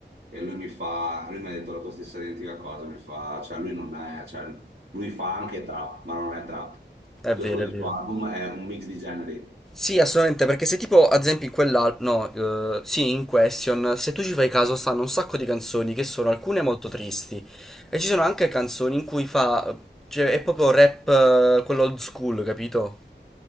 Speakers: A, on the right; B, in the centre.
A: e lui mi fa, lui mi ha detto la tua stessa identica cosa, mi fa, cioè lui non è, cioè, lui fa anche trap, ma non è trap.
B: è
A: Se tu
B: vero,
A: ascolti
B: è vero.
A: il suo album è un mix di generi.
B: Sì, assolutamente, perché se tipo, ad esempio, in quella, no, eh, sì, in Question, se tu ci fai caso, stanno un sacco di canzoni che sono alcune molto tristi e ci sono anche canzoni in cui fa, cioè, è proprio rap, eh, quello old school, capito?